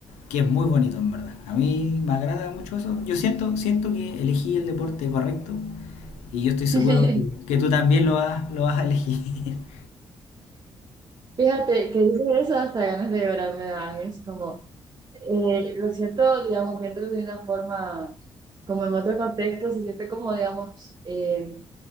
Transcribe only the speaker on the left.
que es muy bonito, en verdad. A mí me agrada mucho eso. Yo siento, siento que elegí el deporte correcto y yo estoy
seguro que, que tú también lo vas, lo vas a elegir. <laughs>